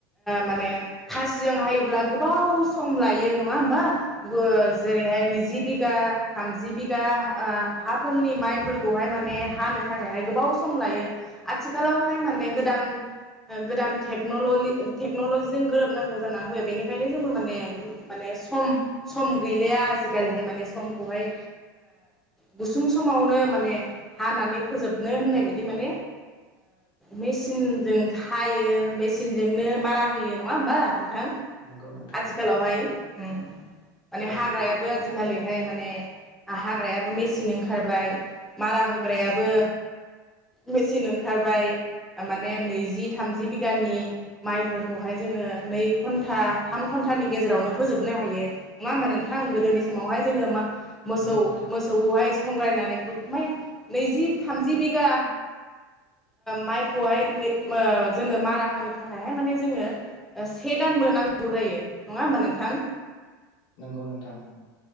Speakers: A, in the centre; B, on the left (about 45°).
A: माने खासिजों हायोब्ला गोबाव सम लायो नङा होमबा? ब जेरैहाय नैजि बिघा थामजि बिघा ओ हाफोरनि माइफोरखौहाय माने हानो थाखायहाय गोबाव सम लायो आथिखालावहाय माने गोदान गोदानेनि टेकनलजिजों गोरोबनांगौ जानानै होयो बेनिखायनो जोङो माने माने सम सम गैलिया आजिखालिहाय माने समखौहाय गुसुं समावनो माने हानानै फोजोबनो होननाय बायदि माने मेसिनजों हायो मेसिनजोंनो मारा होयो नङा होमबा नोंथां? आथिखालावहाय
B: नंगौ नोंथां
A: उम माने
B: औ
A: हाग्रायाबो
B: नंगौ नोंथां
A: आजिखालिहाय माने हाग्रायाबो मेचिन ओंखारबाय मारा होग्रायाबो मेचिन ओंखारबाय माने नैजि थामजि बिगानि माइफोरखौहाय जोङो नै घन्टा थाम घन्टानि गेजेरावनो फोजोबनो हायो। नङा होमा नोंथां गोदोनि समावहाय जोङो मा मोसौ
B: नंगौ नोंथां
A: मोसौखौहाय संग्रायनानै म नैजि थामजि बिघा माइखौहाय ओ जोङो मारा होनो थाखायहाय माने जोङो से दानबो नांगौ जायो नङा होमबा नोंथां।
B: नंगौ नोंथां